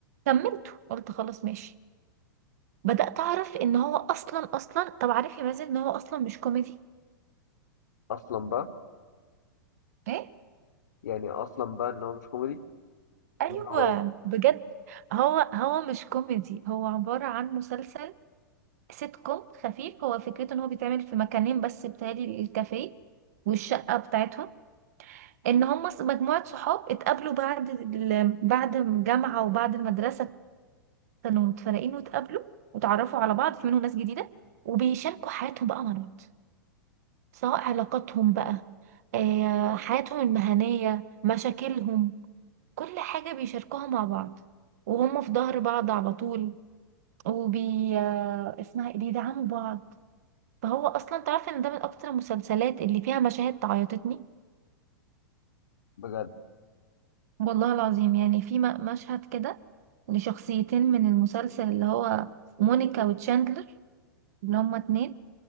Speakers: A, on the right; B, on the left.
A: كملته قلت خلاص ماشي بدأت أعرف إن هو أصلا أصلا طب عارف يا مازن إن هو أصلا مش كوميدي
B: اصلا بقى
A: إيه؟
B: يعني اصلا بقى ان هو مش كوميدي
A: أيوه
B: إن هو إيه؟
A: بجد هو هو مش كوميدي هو عبارة عن مسلسل سيت كوم خفيف هو فكرته إن هو بيتعمل في مكانين بس بتهيألي الكافيه والشقة بتاعتهم ان هم مجموعة صحاب اتقابلوا بعد ال- بعد الجامعة وبعد المدرسة كانوا متفرقين واتقابلوا وتعرفوا على بعض في منهم ناس جديدة وبيشاركوا حياتهم بقى مع بعض سواء علاقاتهم بقى آه، حياتهم المهنية مشاكلهم كل حاجة بيشاركوها مع بعض وهم في ظهر بعض على طول وبي آه، اسمها إيه؟ بيدعموا بعض فهو أصلا تعرف إن ده من أكتر المسلسلات اللي فيها مشاهد تعيطتني
B: بجد
A: والله العظيم يعني في م- مشهد كده لشخصيتين من المسلسل اللي هو مونيكا وتشاندلر اللي هما اتنين